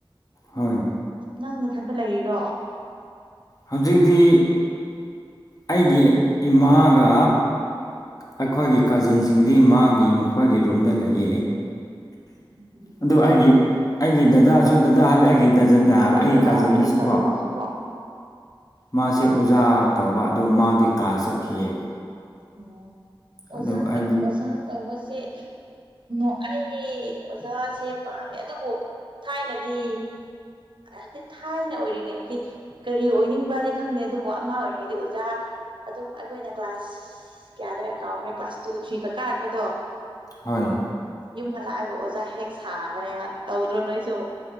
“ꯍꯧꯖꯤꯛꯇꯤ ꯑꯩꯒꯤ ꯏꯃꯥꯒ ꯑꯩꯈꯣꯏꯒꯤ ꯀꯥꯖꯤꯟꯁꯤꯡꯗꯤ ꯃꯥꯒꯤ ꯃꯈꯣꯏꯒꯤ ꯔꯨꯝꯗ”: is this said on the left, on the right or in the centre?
Left